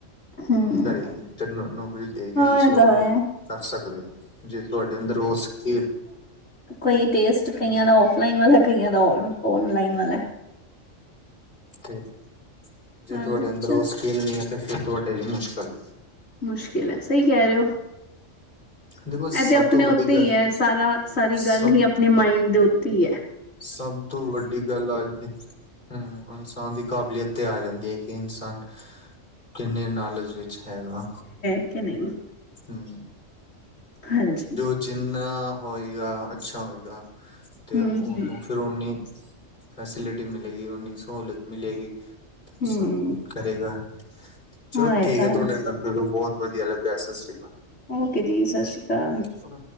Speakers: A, on the left (about 65°); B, on the left (about 40°).
A: ਹੂੰ
B: ਕਰੇਗੀ ਤੇ ਜਰਨਲ‌ ਨੋਲਜ ਦੇਗੇ
A: ਹਾਂ
B: ਤੁਸੀਂ
A: ਇਹ
B: ਓ
A: ਤਾਂ ਹੈ।
B: ਕਰ ਸਕਦੇ ਹੋ ਜੇ ਤੁਹਾਡੇ ਅੰਦਰ ਹੋ ਸਕੇਲ
A: ਕਈ ਟੇਸਟ ਕਈਆਂ ਦਾ ਓਫਲਾਈਨ ਵਾਲਾ ਕਈਆਂ ਦਾ ਔਨਲਾਈਨ ਵਾਲਾ।
B: ਠੀਕ ਜੇ
A: ਹਾਂਜੀ
B: ਤੁਹਾਡੇ ਅੰਦਰ
A: ਅੱਛਾ
B: ਓਸ ਖੇਲਨੀਆ ਤੇ ਫਿਰ ਤੁਹਾਡੇ ਲਈ ਮੁਸ਼ਕਿਲ ਹੈ।
A: ਮੁਸ਼ਕਿਲ ਹੈ। ਸਹੀ ਕਹਿ ਰਹੇ ਹੋ।
B: ਦੇਖੋ ਸਭ
A: ਇਹ ਤੇ ਆਪਣੇ
B: ਤੋਂ ਵੱਡੀ
A: ਉੱਤੇ
B: ਗੱਲ
A: ਹੀ ਹੈ ਸਾਰਾ ਸਾਰੀ
B: ਸਭ
A: ਗੱਲ ਹੀ ਆਪ ਨਈ ਮਾਈੰਡ ਦੇ ਉੱਤੇ ਹੀ ਐ।
B: ਸਭ ਤੋਂ ਵੱਡੀ ਗੱਲ ਆ ਜਾਂਦੀ ਹੂੰ ਇਨਸਾਨ ਦੀ ਕਾਬਲੀਅਤ ਤੇ ਆ ਜਾਂਦੀ ਹੈ ਕਿ ਇਨਸਾਨ ਕਿੰਨੇ ਨਾਲਜ ਵਿੱਚ ਹੈਗਾ।
A: ਇਨੇ ਨਹੀਂ।
B: ਹਮ
A: ਹਾਂਜੀ
B: ਜਿੰਨਾ ਹੋਏਗਾ ਅੱਛਾ ਹੋਏਗਾ, ਤੇ'
A: ਹੂੰ
B: ਉਹਨੂੰ
A: ਹੂੰ
B: ਫਿਰ ਓਨੀ ਫੈਸਿਲਿਟੀ ਮਿਲੇਗੀ ਉਨੀ ਸਹੂਲਤ ਮਿਲੇਗੀ
A: ਹੂੰ,
B: ਸਨ ਕਰੇਗਾ ਚਲੋ
A: ਹਾਂ ਇਹ
B: ਠੀਕ
A: ਤਾਂ
B: ਹੈ। ਤੁਹਾਡੇ ਨਾਲ ਗੱਲ ਮੈਨੂੰ ਬਹੁਤ ਵਧੀਆ ਲੱਗਾ ਸਤਿ ਸ੍ਰੀ ਅਕਾਲ।
A: ਓਕੇ ਜੀ ਸਤਿ ਸ਼੍ਰੀ ਅਕਾਲ।
B: ਹਾਂ